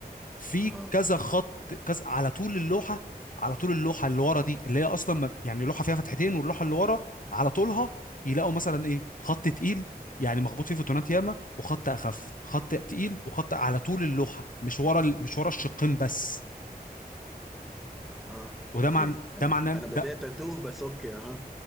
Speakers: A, on the left; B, in the centre.
A: في
B: اها
A: كذا خط كذا على طول اللوحه على طول اللوحه اللي ورا دي اللي هي اصلا ما يعني لوحه فيها فتحتين واللوحه اللي ورا على طولها يلاقوا مثلا ايه خط تقيل يعني مخبوط فيه فوتونات ياما وخط اخف خط تقيل وخط على طول اللوحه مش ورا ال- مش ورا الشقين بس
B: اها
A: وده
B: اوكي
A: معنى
B: انا
A: ده معناه
B: انا بديت
A: ده
B: اتوه بس اوكي اها